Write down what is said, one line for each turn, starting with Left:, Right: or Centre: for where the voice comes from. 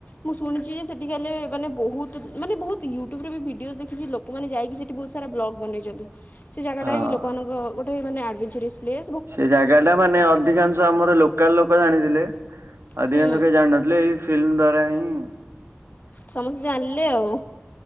Left: ମୁଁ ଶୁଣିଛି ଯେ ସେଠି କାଲେ ମାନେ ବହୁତ ମାନେ ବହୁତ ୟୁଟୁବରେ ଭିଡିଓ ଦେଖିକି ଲୋକମାନେ ଯାଇକି ସେଠି ବହୁତ ସାରା ବ୍ଲଗ ବନେଇଛନ୍ତି। ସେ ଜାଗାଟା
Right: ହଁ
Left: ବି ଲୋକମାନଙ୍କ ଗୋଟ ମାନେ ଡଭେଞ୍ଚାର ପ୍ସ୍ଲେ
Right: ସେ ଜାଗା ଟା ମାନେ ଅଧିକାଂଶ ଆମର ଲୋକାଲ ଲୋକ ଆପଣ ଜାଣିଥିଲେ। ଅଧିକାଂଶ
Left: ହୁଁ
Right: କେହି ଜାଣିନଥିଲେ ଏଇ ଫିଲ୍ମ ଦ୍ଵାରା ହିଁ ହୁଁ।
Left: ସମସ୍ତେ ଜାଣିଲେ ଆଉ